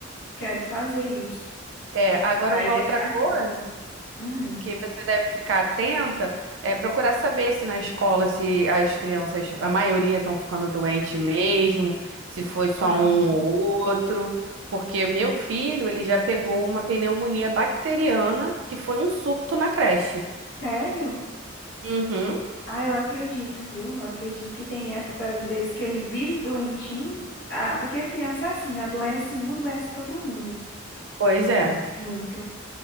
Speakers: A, on the left; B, on the right.
A: quero fazer isso.
B: É,
A: Comprar
B: agora uma
A: e deixar
B: outra coisa.
A: aqui. Hum,
B: que você deve ficar atenta é procurar saber se na escola se as crianças, a maioria estão ficando doente mesmo, se foi só
A: Aham.
B: um ou outro, porque meu filho, ele já pegou uma pneumonia bacteriana que foi um surto na creche.
A: sério?
B: Uhum.
A: Ah, eu acredito, viu? Eu acredito que tem épocas, às vezes, que ele vive doentinho. Ah, porque a criança é assim, né? Adoece um, adoece todo mundo
B: Pois é,
A: junto.